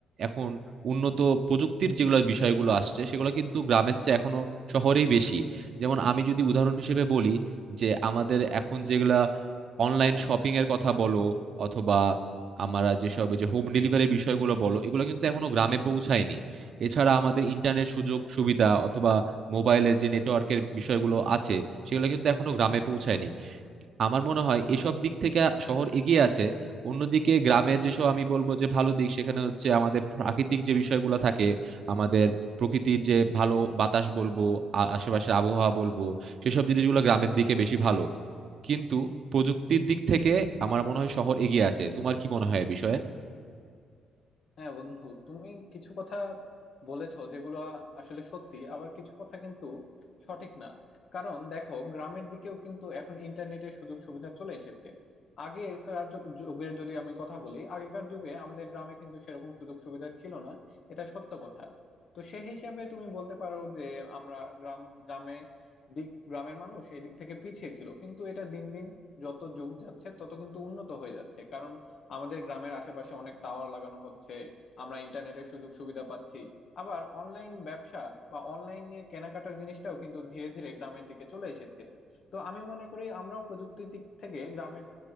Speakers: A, on the right; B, on the left.
A: এখন উন্নত প্রযুক্তির যেগুলো বিষয়গুলো আসছে সেগুলো কিন্তু গ্রামের চেয়ে এখনো শহরেই বেশি যেমন আমি যদি উদাহরণ হিসেবে বলি যে আমাদের এখন যেগুলা অনলাইন শপিং এর কথা বলো অথবা আমরা যেসব এই যে হোম ডেলিভারির বিষয়গুলো বলো এগুলো কিন্তু এখনো গ্রামে পৌঁছায়নি এছাড়া আমাদের ইন্টারনেট সুযোগ সুবিধা অথবা মোবাইলের যে নেটওয়ার্কের বিষয়গুলো আছে সেগুলো কিন্তু এখনো গ্রামে পৌঁছায়নি আমার মনে হয় এসব দিক থেকে শহর এগিয়ে আছে অন্যদিকে গ্রামের যেসব আমি বলবো যে ভালো দিক সেখানে হচ্ছে আমাদের প্রাকৃতিক যে বিষয়গুলো থাকে আমাদের প্রকৃতির যে ভালো বাতাস বলবো আ- আশেপাশের আবহাওয়া বলবো সেসব জিনিসগুলো গ্রামের দিকে বেশি ভালো কিন্তু প্রযুক্তির দিক থেকে আমার মনে হয় শহর এগিয়ে আছে তোমার কি মনে হয় এ বিষয়ে
B: হ্যাঁ বন্ধু তুমি কিছু কথা বলেছো যেগুলো আসলে সত্যি আবার কিছু কথা কিন্তু সঠিক না কারণ দেখো গ্রামের দিকেও কিন্তু এখন ইন্টারনেটের সুযোগ সুবিধা চলে এসেছে আগেকার যু- যুগের যদি আমি কথা বলি আগেকার যুগে আমাদের গ্রামে কিন্তু সেরকম সুযোগ সুবিধা ছিল না এটা সত্য কথা তো সে হিসাবে তুমি বলতে পারো যে আমরা গ্রাম গ্রামে দিক গ্রামের মানুষ এই দিক থেকে পিছিয়ে ছিল কিন্তু এটা দিন দিন যত যুগ যাচ্ছে তত কিন্তু উন্নত হয়ে যাচ্ছে কারণ আমাদের গ্রামের আশেপাশে অনেক টাওয়ার লাগানো হচ্ছে আমরা ইন্টারনেটের সুযোগ সুবিধা পাচ্ছি আবার অনলাইন ব্যবসা বা অনলাইনে কেনাকাটার জিনিসটাও কিন্তু ধীরে ধীরে গ্রামের দিকে চলে এসেছে তো আমি মনে করি আমরাও প্রযুক্তির দিক থেকে গ্রামের